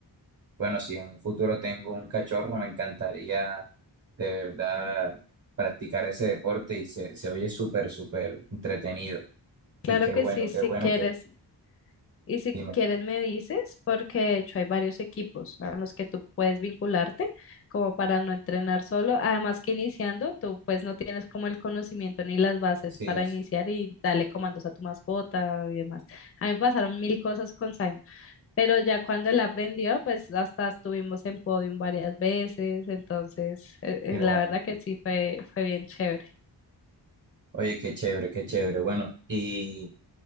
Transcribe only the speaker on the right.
Bueno, si en un futuro tengo un cachorro, me encantaría de verdad practicar ese deporte y se, se oye súper, súper entretenido.
Y qué
bueno,
qué bueno
que,
dime,
sí,
es,
qué
bueno.
Oye, qué chévere, qué chévere. Bueno, y...